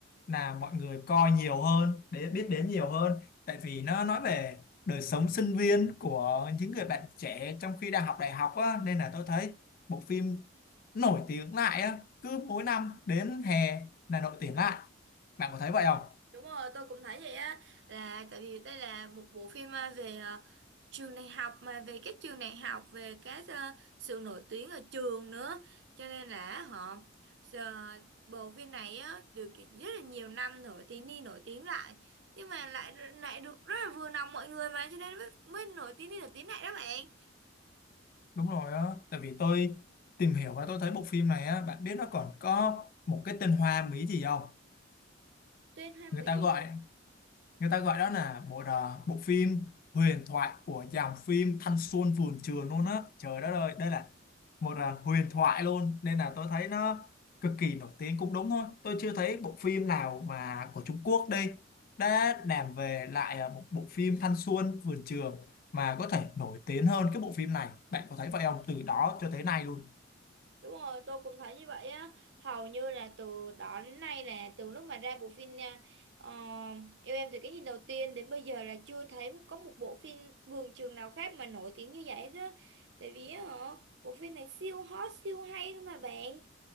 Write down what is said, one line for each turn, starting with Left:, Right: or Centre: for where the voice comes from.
Left: là mọi người coi nhiều hơn để biết đến nhiều hơn tại vì nó nói về đời sống sinh viên của những người bạn trẻ trong khi đang học đại học á nên là tôi thấy bộ phim nổi tiếng lại á cứ mỗi năm đến hè là nổi tiếng lại bạn có thấy vậy không
Right: Đúng rồi, tôi cũng thấy vậy á là tại vì đây là một bộ phim à, về à, trường đại học mà về các trường đại học về các à, sự nổi tiếng ở trường nữa cho nên là họ giờ bộ phim này á được kiện rất là nhiều năm rồi thì đi nổi tiếng lại nhưng mà lại lại được rất là vừa lòng mọi người mà cho nên mới, mới nổi tiếng đi nổi tiếng lại đó bạn
Left: Đúng rồi á, tại vì tôi tìm hiểu và tôi thấy bộ phim này á, bạn biết nó còn có một cái tên Hoa Mỹ gì không?
Right: tên hoa
Left: Người
Right: mỹ
Left: ta gọi
Right: gì
Left: người ta gọi đó là bộ đờ- bộ phim huyền thoại của dòng phim Thanh Xuân Vườn Trường luôn á. Trời đất ơi, đây là một à, huyền thoại luôn nên là tôi thấy nó cực kỳ nổi tiếng cũng đúng thôi. Tôi chưa thấy bộ phim nào mà của Trung Quốc đây đã làm về lại à, một bộ phim Thanh Xuân Vườn Trường mà có thể nổi tiếng hơn cái bộ phim này. Bạn có thấy vậy không? Từ đó cho tới nay luôn.
Right: Đúng rồi, tôi cũng thấy như vậy á. Hầu như là từ đó đến nay là từ lúc mà ra bộ phim nha, ờ, yêu em từ cái nhìn đầu tiên đến bây giờ là chưa thấy có một bộ phim vườn trường nào khác mà nổi tiếng như vậy đó. Tại vì á, hả, bộ phim này siêu hot, siêu hay luôn mà bạn.